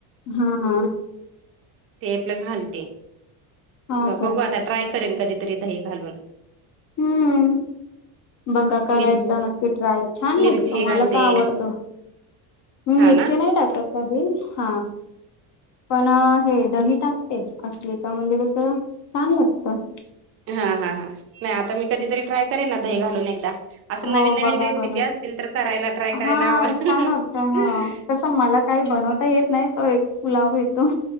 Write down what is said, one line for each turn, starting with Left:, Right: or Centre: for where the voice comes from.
Left: हा.
Right: ते आपलं घालते
Left: हो
Right: बघू
Left: काय
Right: आता ट्राय करेन कधीतरी दही घालून.
Left: हम्म. बघा करा
Right: मिर
Left: एकदा नक्की ट्राय छान
Right: मिरची
Left: लागतो
Right: घालते
Left: मला तर आवडतो. मी
Right: हा
Left: मिरची
Right: ना
Left: नाही टाकत कधी हा. पण हे दही टाकते असली का म्हणजे कसं छान लागत.
Right: हा हा हा नाही आता मी कधीतरी ट्राय करे ना दही घालून एकदा असं
Left: हो
Right: नवीन नवीन
Left: बघा
Right: रेसिपी
Left: करून
Right: असतील तर करायला ट्राय करायला
Left: हा
Right: आवड <unintelligible>
Left: छान वाटतं हा तसं मला काही बनवता येत नाही तो एक पुलाव येतो